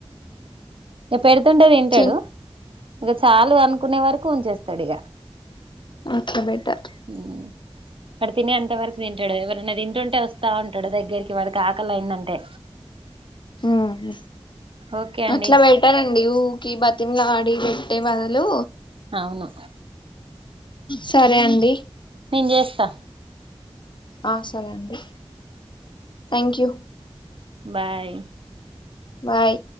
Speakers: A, on the right; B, on the left.
A: ఇగ పెడుతుంతే తింటాడు
B: చి
A: ఇగ చాలు అనుకునే వరకు ఉంచేస్తాడు ఇగ
B: అట్లా బెటర్
A: ఉమ్మ్ వాడు తినేంతా వరకు తింటాడు ఎవరైనా తింటుంటే వ స్తా ఉంటాడు దగ్గరికి వాడికి ఆకలి అయిందంటే
B: ఉమ్మ్
A: ఓకే అండి
B: అట్లా పె ట్టాలండి ఊకి బతిమలాడి పెట్టే బదులు
A: అవును
B: సరే అండి
A: నేను చేస్తా
B: ఆ సరే అండి థ్యాంక్ యూ
A: బాయ్
B: బాయ్